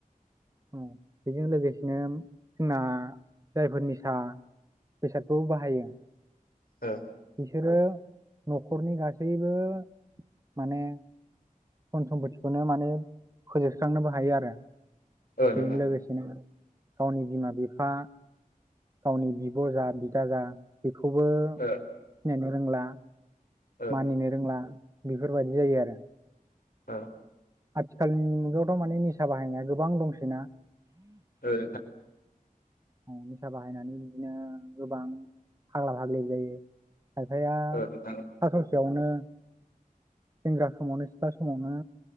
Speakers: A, on the right; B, on the left.
A: औ बेजों लोगोसेनो जोंना जायफोर निसा बेसादखौ बाहायो
B: ओ।
A: बिसोरो नखरनि गासैबो माने घन सम्फथिखौनो माने फोजोबस्रांनोबो हायो आरो।
B: ओ
A: बेजों
B: नोंथां
A: लोगोसेनो गावनि बिमा बिफा गावनि बिब' जा बिदा जा बेखौबो
B: ओ
A: सिनायनो रोंला
B: ओ
A: मानिनो रोंला बेफोरबायदि जायो आरो।
B: ओ।
A: आथिखालनि मुगायावथ' माने निसा बाहायनाया गोबां दंसै ना?
B: ओ
A: उम निसा बाहायनानै बिदिनो गोबां फाग्ला फाग्लि जायो। खायफाया
B: ओ नोंथां
A: सा ससेयावनो सेंग्रा समावनो सिख्ला समावनो